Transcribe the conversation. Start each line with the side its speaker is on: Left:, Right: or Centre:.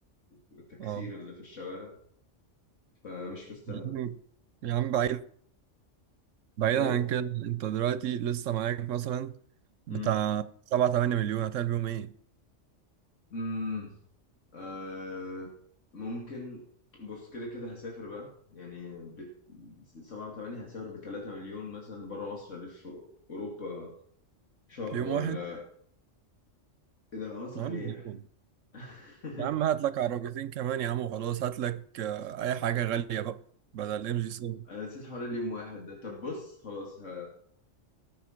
Left: والتكسير
Right: اه
Left: اللي في الشوارع فمش مستاهلة
Right: يا عم يا عم بعيد بعيدا
Left: إيه؟
Right: عن كده انت دلوقتي لسه معاك مثلا بتاع
Left: مم.
Right: 7 8 مليون هتعمل بيهم ايه؟
Left: مم. آه ممكن بص كده كده هسافر بقى يعني بت... سبعة وثمانية هسافر بتلاتة مليون مثلا بره مصر ألف أوروبا شهر
Right: في يوم
Left: ولا
Right: واحد؟
Left: إيه ده آه صحيح
Right: يا عم يوم
Left: <laughs>
Right: يا عم هات لك عربيتين كمان يا عم وخلاص هات لك آه، اي حاجة غالية بقى بدل ام جي 7
Left: أنا نسيت حوار اليوم واحد ده طب بص خلاص ه...